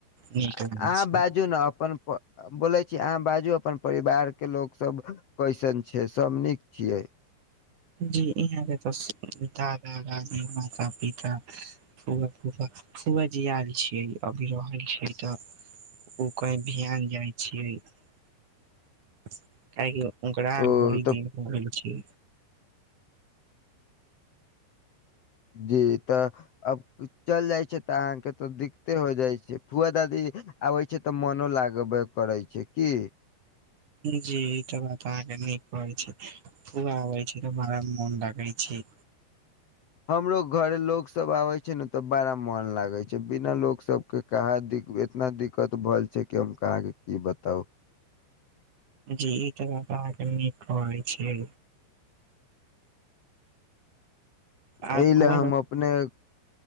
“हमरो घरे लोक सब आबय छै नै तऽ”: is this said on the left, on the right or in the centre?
Left